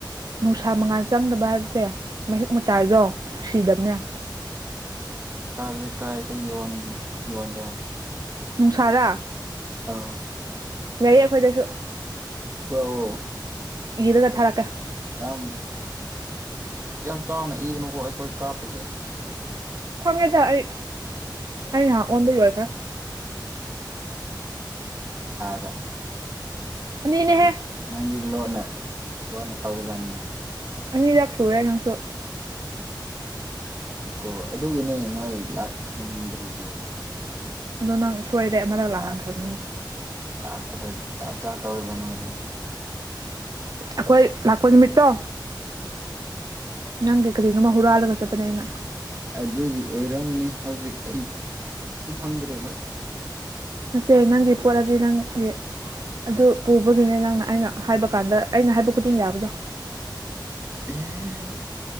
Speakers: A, on the right; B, on the right.
A: ꯅꯨꯡꯁꯥ ꯃꯉꯥꯜ ꯆꯪꯗꯕ ꯍꯥꯏꯕꯁꯦ ꯃꯍꯤꯛ ꯃꯇꯥꯏꯗꯣ ꯁꯤꯤꯖꯕꯅ
B: <inaudible> ꯆꯁꯦ ꯀꯥꯏ ꯌꯧꯣꯟ ꯌ ꯑ
A: ꯅꯨꯡꯁꯥꯔꯥ
B: ꯑꯥ
A: ꯂꯩꯌꯦ ꯑꯩꯈꯣꯏꯗꯁꯨ
B: <unintelligible>
A: ꯏꯗ ꯀ ꯊꯔꯀꯦ
B: ꯌꯥꯝ ꯌꯥꯝ ꯆꯥꯎꯅ ꯏꯒꯅꯨꯀꯣ ꯑꯩꯈꯣꯏ ꯀꯥꯞ ꯄꯤꯏ
A: ꯈꯉꯦꯗ ꯑꯩ
B: ꯑꯧ
A: ꯑꯩ ꯑꯣꯟꯕꯨ ꯋꯥꯔ ꯈ
B: ꯒ
A: ꯑꯅꯤꯅꯦꯍꯦ
B: ꯅꯪꯗꯤ ꯅꯪꯗꯤ ꯂꯣꯟꯅ ꯂꯣꯟꯅ ꯇꯧꯕꯖꯥꯠꯅꯤꯅꯦ
A: ꯑꯅꯤꯔꯛ ꯁꯨꯔꯦ ꯅꯪꯁꯨ
B: ꯑꯩꯗꯤꯀꯣ ꯑꯗꯨꯒꯤꯅꯦ ꯅꯣꯏ ꯂꯥꯛꯍꯟꯅꯤꯡꯗ꯭ꯔꯤꯁꯦ
A: ꯑꯗꯣ ꯅꯪ ꯁꯣꯏꯔꯦ ꯑꯃꯗꯛ ꯂꯥꯛꯍꯪꯈ꯭ꯔꯕꯅꯤꯅ
B: ꯂꯥꯛꯄꯗ ꯂꯥꯛꯄꯗ ꯖꯥꯠ ꯖꯥꯠ ꯇꯧꯔꯤꯕ ꯅꯣꯏꯁꯦ
A: ꯑꯩꯈꯣꯏ ꯂꯥꯛꯄ ꯅꯨꯃꯤꯠꯇꯣ
B: ꯎꯝ
A: ꯅꯪꯒꯤ ꯀꯔꯤꯅꯣꯃ ꯍꯨꯔꯥꯜꯂꯒ ꯆꯠꯄꯅꯦ ꯑꯩꯅ
B: ꯑꯗꯨꯒꯤ ꯑꯣꯏꯔꯝꯅꯤ ꯍꯧꯖꯤꯛ ꯑꯩ ꯊꯤ ꯐꯪꯗ꯭ꯔꯦꯕ
A: ꯅꯠꯇꯦ ꯅꯪꯒꯤ ꯄꯣꯠ ꯍꯥꯏꯕꯗꯤ ꯅꯪꯒꯤ ꯑꯗꯨ ꯄꯨꯕꯒꯤꯅꯦ ꯅꯪꯅ ꯑꯩꯅ ꯍꯥꯏꯕ ꯀꯥꯟꯗ ꯑꯩꯅ ꯍꯥꯏꯕ ꯈꯨꯗꯤꯡ ꯌꯥꯕꯗꯣ
B: ꯑꯦꯍꯍꯍ